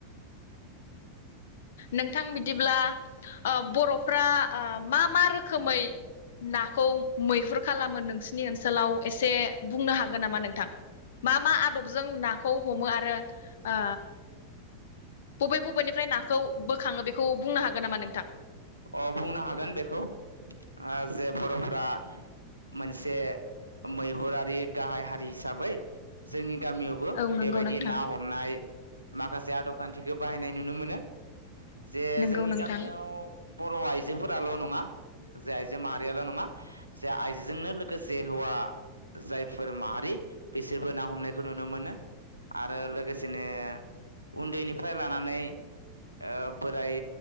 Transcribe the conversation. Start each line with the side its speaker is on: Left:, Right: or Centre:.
Left: नोंथां बिदिब्ला ओ बर'फ्रा ओ मा मा रोखोमै नाखौ मैहुर खालामो नोंसिनि ओनस सोलाव एसे बुंनो हागोन नामा नों थां मा मा आदबजों नाखौ हमो आरो ओ बबे बबेनिफ्राय नाखौ खौ बोखाङो बेखौ बुंनो हागोन नामा नोंथां
Right: अ बुंनो हागोन बेखौ ओ जे बर'फ्रा मोनसे मैहुरारि गाहाय हारि हिसाबै जोंनि गामियावबो
Left: औ नंगौ
Right: बेबायदि
Left: नोंथां
Right: ना हमनाय माखासे आदब खान्थिखौ बाहायनाय नुनो मोनो। जे
Left: नंगौ
Right: जोंनि
Left: नोंथां
Right: गामियाव बर' आइजोफोराल' नङा जे आइजो माहारियाल' नङा जे आइजोजोंनो लोगोसे हौवा जायफोर माहारि बिसोरबो ना हमनायखौ नुनो मोनो आरो लोगोसेनो उन्दैनिफ्राय लानानै ओ बोराय